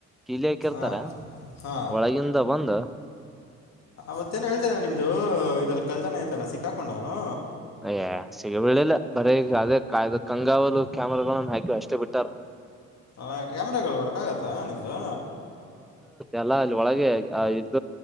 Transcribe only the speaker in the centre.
ಕೀಲಿ ಹಾಕಿರ್ತಾರ
ಒಳಗಿಂದ ಬಂದ
ಅಯ್ಯೇ ಸಿಗಬಳ್ಳಿಲ್ಲ ಬರ ಈಗ ಅದೇ ಕಾಯ್ದ ಕಂಗಾವಲು ಕ್ಯಾಮರಾಗನ್ನ ಹಾಕಿವ ಅಷ್ಟೇ ಬಿಟ್ಟಾರ
ಲ್ಲ ಅಲ್ಲಿ ಒಳಗೆ ಇದ